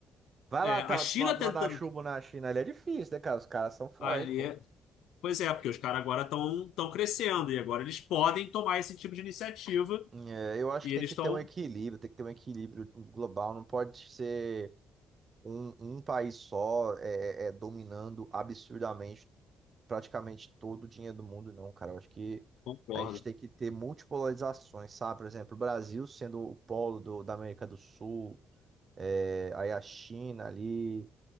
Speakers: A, on the right; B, on the left.
A: Vai
B: É,
A: lá tá,
B: a China
A: ma- mandar
B: tentando
A: chuva na China, ali é difícil, né, cara? Os caras são fortes,
B: ali,
A: pô.
B: é- pois é, porque os caras agora estão estão crescendo e agora eles podem tomar esse tipo de iniciativa
A: É, eu acho
B: e
A: que
B: eles
A: tem que
B: estão,
A: ter um equilíbrio, tem que ter um equilíbrio global, não pode ser um, um país só é, é, dominando absurdamente praticamente todo o dinheiro do mundo, não, cara. Eu acho que
B: concordo.
A: a gente tem que ter multipolarizações, sabe? Por exemplo, o Brasil sendo o polo do- da América do Sul, é, aí a China ali.